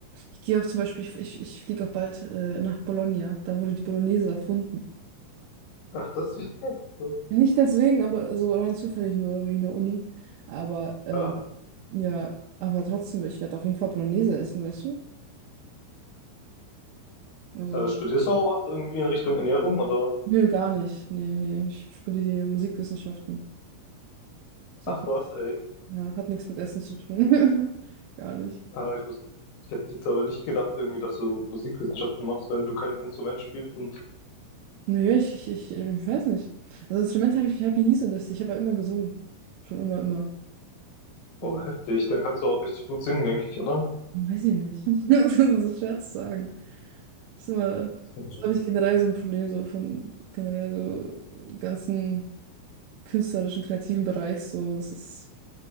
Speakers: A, on the right; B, on the left.
A: Ich gehe auch zum Beispiel, ich, ich, ich fliege auch bald äh, nach Bologna. Da wurde die Bolognese erfunden.
B: Ach, das wäre <laughs> heftig.
A: Nicht deswegen, aber so rein zufällig nur wegen der Uni. Aber ähm,
B: Ja.
A: ja, aber trotzdem, ich werde auf jeden Fall Bolognese essen, weißt du? Also,
B: Äh, studierst du auch was irgendwie in Richtung Ernährung oder?
A: nö, gar nicht. Nee, nee, ich studiere Musikwissenschaften. Das
B: Ach
A: hat, nix-
B: was, ey.
A: ja, hat nichts mit Essen zu tun. <laughs> Gar nicht.
B: Äh, ich wusste, ich hätte jetzt aber nicht gedacht irgendwie, dass du Musikwissenschaften machst, wenn du kein Instrument spielst und
A: Nö, ich, ich, ich, ich weiß nicht. Also Instrumente habe ich, hab ich nie so interessiert. Ich habe aber immer gesungen. Schon immer, immer.
B: oh,
A: So.
B: heftig, dann kannst du auch richtig gut singen, denke ich, oder?
A: Weiß ich nicht. <laughs> Das ist schwer zu sagen. Das ist immer, das
B: Dankeschön.
A: ist, glaube ich, generell so ein Problem so von generell so ganzen künstlerischen, kreativen Bereich. So, das ist,